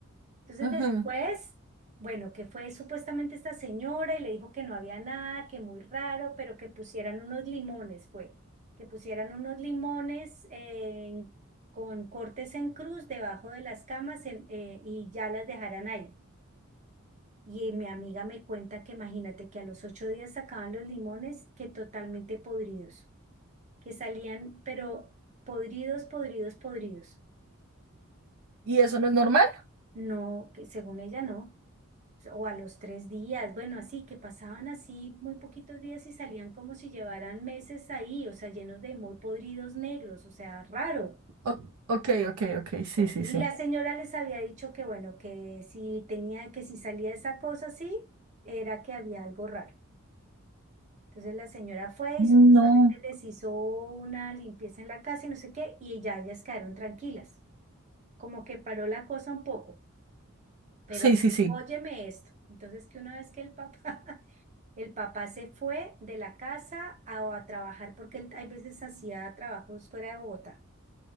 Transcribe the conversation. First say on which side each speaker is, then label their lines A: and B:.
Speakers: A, on the right; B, on the right.
A: Entonces
B: Ujú.
A: después, bueno, que fue supuestamente esta señora y le dijo que no había nada, que muy raro, pero que pusieran unos limones, fue, que pusieran unos limones eh, en- con cortes en cruz debajo de las camas en- eh, y ya las dejaran ahí. Y mi amiga me cuenta que imagínate que a los ocho días sacaban los limones que totalmente podridos, que salían, pero podridos, podridos, podridos.
B: ¿Y eso no es normal?
A: No, que según ella no. O a los tres días, bueno, así que pasaban así muy poquitos días y salían como si llevaran meses ahí, o sea, llenos de muy podridos negros, o sea, raro.
B: O- ok, ok, ok. Sí,
A: Bueno,
B: sí,
A: Y
B: sí.
A: la señora les había dicho que bueno, que si tenía, que si salía esa cosa así, era que había algo raro. Entonces la señora fue
B: No.
A: y supuestamente les hizo una limpieza en la casa y no sé qué, y ya ellas quedaron tranquilas, como que paró la cosa un poco, pero
B: Sí, sí, sí.
A: óyeme esto. Entonces que una vez que el papá, <laughs> el papá se fue de la casa a, a trabajar, porque él hay veces hacía trabajos fuera de Bogotá,